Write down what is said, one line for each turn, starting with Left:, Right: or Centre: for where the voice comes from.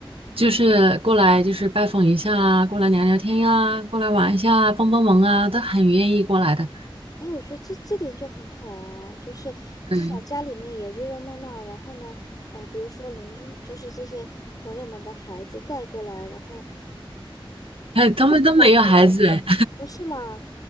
Right: 就是过来就是拜访一下啊，过来聊聊天呀、过来玩一下啊，帮帮忙啊，都很愿意过来的。
Left: 哎，我觉得这这点就很好啊，就是至少家里面也热热闹闹，
Right: 嗯，
Left: 然后呢，呃，比如说邻居，就是这些朋友们的孩子带过来，然后
Right: 哎，他们都没有孩子哎。
Left: 交朋友，哦，是吗？